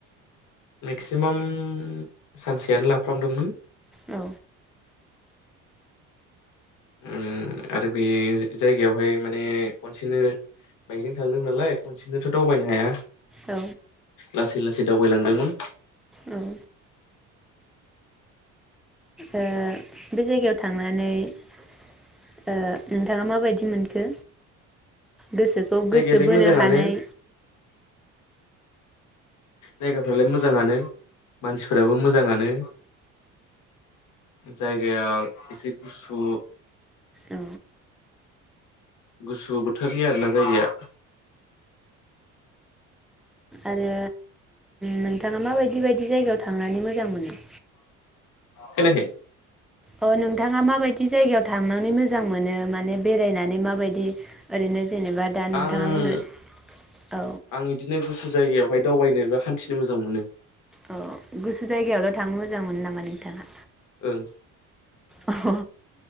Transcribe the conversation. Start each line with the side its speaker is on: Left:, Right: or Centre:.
Left: मेक्सिमाम सानसेयानो लाफ्रामदोंमोन।
Centre: औ
Left: उम आरो बे जायगायावहाय माने खनसेनो बाइकजों थांदों नालाय खनसेनोथ दावबायनो हाया।
Centre: औ
Left: लासै ला सै दावबायलांदोंमोन।
Centre: औ ओ बे जायगायाव थांनानै ओ नोंथाङा माबायदि मोनखो?? गोसोखौ गोसो
Left: जायगायालाय
Centre: बोनो
Left: मोजाङानो।
Centre: हानाय
Left: जायगाफ्रालाय मोजाङानो मानसिफोराबो मोजाङानो जायगाया एसे गुसु।
Centre: औ
Left: गुसु बोथोरनि आरोना जायगाया।
Centre: आरो नोंथाङा उम मा बायदि बायदि जायगायाव थांनानै मोजां मोनो?
Left: खोनायाखै
Centre: अह नोंथाङा माबायदि जायगायाव थां नानै मोजां मोनो? माने बेरायनानै माबायदि ओरैनो जेनेबा दा नोंथाङा
Left: आं
Centre: बुंदो औ
Left: आं इदिनो गुसु जायगायाव अहाय दावबायनो बा हान्थिनो मोजां मोनो।
Centre: औ गुसु जायगायावल थांनो मोजां मोनो नामा नोंथाङा।
Left: ओं
Centre: अह।